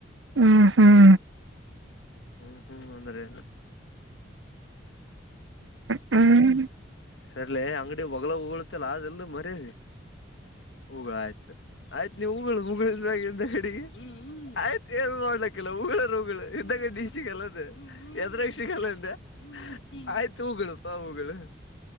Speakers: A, on the right; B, on the left.
A: ಹ್ಮ್ ಹ್ಮ್
B: ಹ್ಮ್ ಹ್ಮ್ ಅಂದ್ರೆ
A: ಹ್ಮ್
B: ಸರಿಲ್ಲ ಅಂಗ. ಒಗಳ ಹುಗಲ್ಲ ಅದೆಲ್ಲ ಮರ್ಯದ ಹುಗಳ ಆಯ್ತ ಆಯ್ತ್ ನಿನ್ ಉಗುಳು ನೀವು ಹುಗಳು ಮುಗಾಗಡಿ ಆಯ್ತ್ ಎಲ್. ಲ್ಲ ಹಗಳರುಗಳು ಇದಾಗ ಡಿಲ್ಲದ ಎದ್ರಕ್ಷಕ್ಲ್ಲ್ದೆ <unintelligible> ಆಯ್ತು ಹೂಗಳಪಾ ಹಗಳು